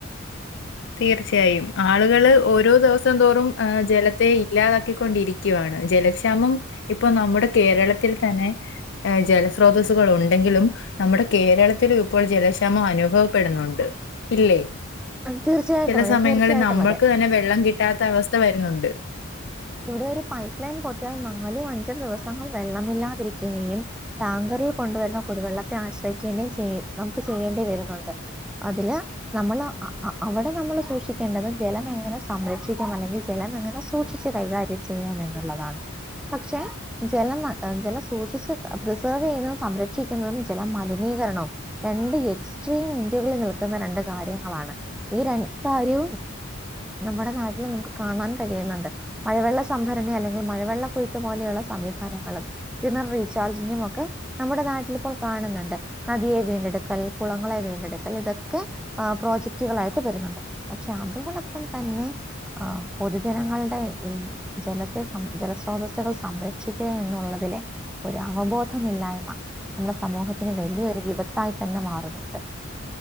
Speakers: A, on the left; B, in the centre.
A: തീർച്ചയായും ആളുകള് ഓരോ ദിവസം തോറും ജലത്തെ ഇല്ലാതാക്കിക്കൊണ്ടിരി..... <unintelligible> <unintelligible> ഇപ്പൊ നമ്മുടെ കേരളത്തിൽ തന്നെ ജലസ്രോതസ്സുകൾ ഉണ്ടെങ്കിലും..... നമ്മുടെ കേരളത്തിലും ഇപ്പോൾ ജലക്ഷാമം അനുഭവപ്പെടുന്നുണ്ട് ഇല്ലേ....
B: തീർച്ചയായിട്ടും
A: ചില
B: അതെ
A: സമയങ്ങളിൽ
B: തീർച്ചയായിട്ടും
A: നമ്മൾക്ക്
B: അതെ
A: തന്നെ വെള്ളം കിട്ടാത്ത അവസ്ഥവരുന്നുണ്ട്...
B: ഇവിടെ ഒരു പൈപ്പ് ലൈൻ പൊട്ടിയാൽ നാലും അഞ്ചും ദിവസങ്ങൾ വെള്ളമില്ലാതിരിക്കുകയും ടാങ്കർ... ഈ കൊണ്ടുവരുന്ന കുടിവെള്ളത്തെ ആശ്രയിക്കേണ്ട ചെയ്യ നമുക്ക് ചെയ്യേണ്ടി വരുന്നുണ്ട്.. അതില് നമ്മള് അവിടെ നമ്മൾ സൂക്ഷിക്കേണ്ടത് ജലം എങ്ങനെ സംരക്ഷിക്കാം അല്ലെങ്കിൽ ജല... അങ്ങനെ സൂക്ഷിച്ച് കൈകാര്യം ചെയ്യാം എന്നുള്ളതാണ്... പക്ഷെ ജലം ജലം സൂക്ഷിച്ച് പ്രിസർവ് ചെയ്യുന്നതും സംരക്ഷിക്കുന്നതും ജലം മലിനീ... രണ്ട്എക്സ്ട്രീം ഇന്റകിൽ നിൽക്കുന്ന രണ്ട് കാര്യങ്ങളാണ് ഈ രണ്ട് കാര്യവും. നമ്മുടെ നാട്ടില് നമുക്ക് കാണാൻ കഴിയുന്നുണ്ട്. മഴവെള്ള സംഭരണി അല്ലെങ്കിൽ മഴവെള്ള കുയ്ത്ത് പോലെയുള്ള സംവിധാനങ്ങളും കിണർ റീചാർജിങ്ങും ഒക്കെ.. നമ്മുടെ നാട്ടിലിപ്പോൾ കാണുന്നുണ്ട് നദിയെ വീണ്ടെടുക്കൽ കുളങ്ങളെ വീണ്ടെടുക്കൽ ഇതൊക്കെ.. പ്രോജക്ടുകളായിട്ട് വരുന്നുണ്ട് പക്ഷെ അതോടൊപ്പം തന്നെ പൊതുജനങ്ങളുടെ.. ഈ ജലത്തെ സം ജലസ്രോതസ്സുകൾ സംരക്ഷിക്കുക എന്നുള്ളതിലെ. ഒരു അവബോധമില്ലായ്മ നമ്മുടെ സമൂഹത്തിന് വലിയൊരു വിപത്തായി തന്നെ മാറുന്നുണ്ട്.